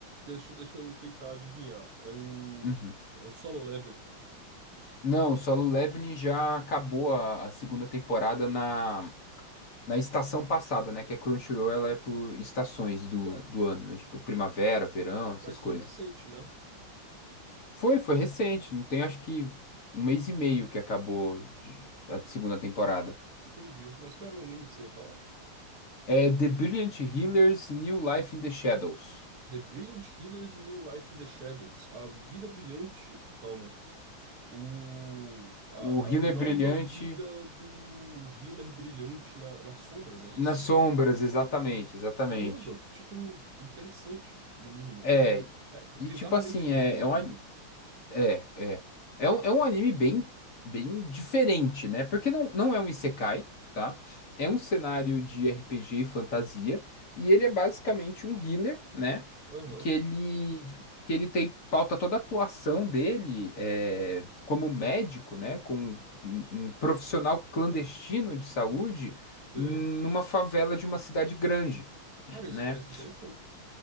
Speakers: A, on the right; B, on the left.
A: Deixa, deixa eu tentar adivinhar. É o.
B: Uhum.
A: É o Solo Leveling.
B: Não, Solo Leveling já acabou a, a segunda temporada na na estação passada, né? Que a Crunchyroll ela é por estações do,
A: Ué,
B: do ano, né? Tipo primavera, verão, essas
A: mas
B: coisas.
A: isso é recente, né?
B: Foi, foi recente, não tem acho que um mês e meio que acabou de- a segunda temporada.
A: Entendi. Mas qual era o anime que você ia falar?
B: É The Brilliant Healer's New Life in the Shadows.
A: The Brilliant Healer's New Life in the Shadows. A vida brilhante. Calma. o, a,
B: O Healer
A: a nova
B: Brilhante
A: vida do Healer Brilhante na, nas sombras, é isso?
B: nas sombras, exatamente, exatamente.
A: Caramba, que título interessante, no mínimo.
B: É,
A: É bizarramente
B: e tipo assim,
A: longo,
B: é, é,
A: inclusive.
B: um, É, é. É um, é um anime bem, bem diferente, né? Porque não, não é um isekai, tá? É um cenário de RPG e fantasia. E ele é basicamente um healer, né?
A: Aham,
B: Que ele, que ele tem, pauta toda a atuação dele é, como médico, né? Como um, um profissional clandestino de saúde
A: sei.
B: numa favela de uma cidade grande,
A: Cara,
B: né?
A: isso parece interessante.